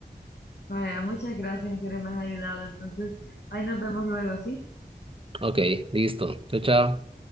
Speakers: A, on the left; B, on the right.
A: Vaya, muchas gracias, en serio me has ayudado. Entonces, ahí nos vemos luego, ¿sí?
B: Ok, listo. Chao, chao.